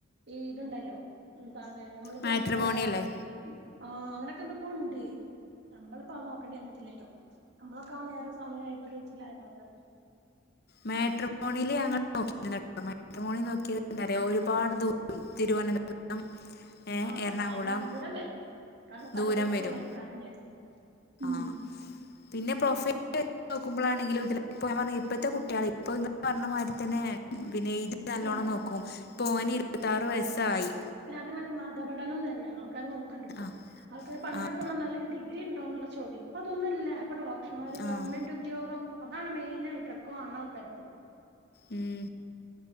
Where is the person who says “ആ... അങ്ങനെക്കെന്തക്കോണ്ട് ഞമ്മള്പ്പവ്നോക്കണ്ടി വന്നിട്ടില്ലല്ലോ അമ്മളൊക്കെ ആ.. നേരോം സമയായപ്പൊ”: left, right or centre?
Right